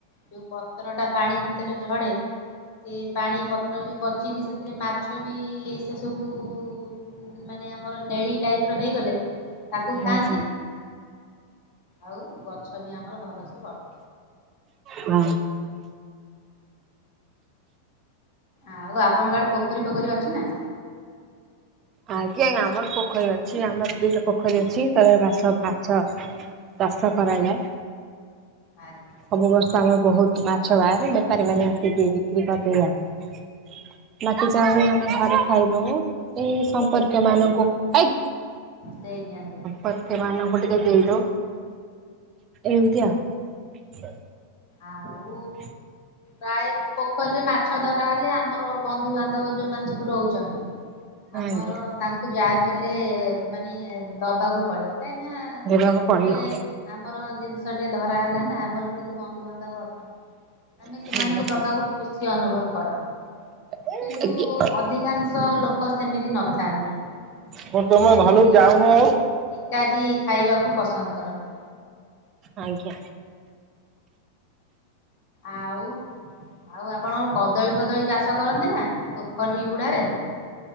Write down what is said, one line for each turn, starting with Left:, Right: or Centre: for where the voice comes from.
Left: ଯୋଉ ପତ୍ର ଟା ପାଣି ଭିତରେ ଝଡେ ସେ ପାଣି ପତ୍ର ବି ପଚିକି ସେଥିରେ ମାଛ ବି ସେ ସବୁ ଉ, ମାନେ ଆମର ନେଳି ଟାଇପ୍ ର ହେଇଗଲେ ତାକୁ
Right: ହୁଁ
Left: ଖାଆନ୍ତି।
Right: ହୁଁ।
Left: ଆଉ ଗଛ ବି ଆମର ଭଲସେ ବଢ଼େ।
Right: ହଁ
Left: ଆଉ ଆପଣଙ୍କ ଆଡେ ପୋଖରୀ ଫୋଖରୀ ଅଛି ନା?
Right: ଆଜ୍ଞା ଆମର ପୋଖରୀ ଅଛି ଆମର ଦିଟା ପୋଖରୀ ଅଛି ତଳେ ବାସ ମାଛ ଚାଷ କରାଯାଏ।
Left: ଆଜ୍ଞା।
Right: ସବୁ ବର୍ଷ ଆମର ବହୁତ ମାଛ ବାହାରେ, ବେପାରୀ ମାନେ ବି-ବିକ୍ରି କରିଦେଇ ଯଆନ୍ତି। ବାକି ଯା ହଉ ଆମେ ଘରେ ଖାଇଦଉ, ଏଇ ସମ୍ପର୍କୀୟ ମାନଙ୍କୁ ଏ
Left: ଦେଇଦିଅନ୍ତି।
Right: ପତିମାନଙ୍କୁ ଟିକେ ଦେଇଦଉ ଏମିତି ଆଉ। ସା
Left: ଆଉ
Right: ହଁ।
Left: ପ୍ରାୟ ପୋଖରୀରେ ମାଛ ଧରା ହେଲେ ଆମର ବନ୍ଧୁ ବାନ୍ଧବ ଯୋଉମାନେ ସବୁ ରହୁଚନ୍ତି। ଆମର
Right: ଆଜ୍ଞା
Left: ତାଙ୍କୁ ଯାହାବି ହେଲେ ମାନେ ଦବାକୁ ପଡେ, କାହିଁ ନା
Right: ଦେବାକୁ ପଡ଼ିବ।
Left: ଗୋଟେ ଆମର ଜିନିଷ ଟେ ଧରା ହେଲା ନା ଆମର ଯେହେତୁ ବନ୍ଧୁବାନ୍ଧବ ଅଛନ୍ତି। ଆମେ
Right: ଆଜ୍ଞା
Left: ସେମାନଙ୍କୁ ଦବାକୁ ଖୁସି ଅନୁଭବ କରନ୍ତି,
Right: ଆଜ୍ଞା।
Left: କିନ୍ତୁ ଅଧି କାଂଶ ଲୋକ ସେମିତି ନଥାନ୍ତି,
Right: କଣ ତମେ
Left: ଯୋଉମାନେ
Right: ଘରକୁ
Left: କି
Right: ଯାଉନ ଆଉ?
Left: ଏକାକି ଖାଇବାକୁ ପସନ୍ଦ କରନ୍ତି।
Right: ଆଜ୍ଞା।
Left: ଆଉ। ଆଉ ଆପଣଙ୍କ କଦଳୀ ଫଦଳୀ ଚାଷ କରନ୍ତି ନା ପୋଖରୀ ହୁଡାରେ।